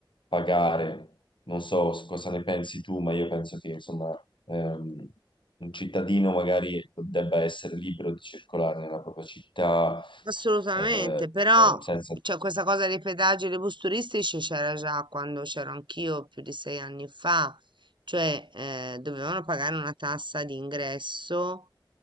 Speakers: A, on the left; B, on the right.
A: pagare. Non so cosa ne pensi tu, ma io penso che, insomma ehm, un cittadino magari debba essere libero di circolare nella propria città
B: Assolutamente,
A: eh,
B: però
A: eh, senza
B: cioè, questa cosa dei pedaggi e dei bus turistici c'era già quando c'ero anch'io più di sei anni fa, cioè eh, dovevano pagare una tassa di ingresso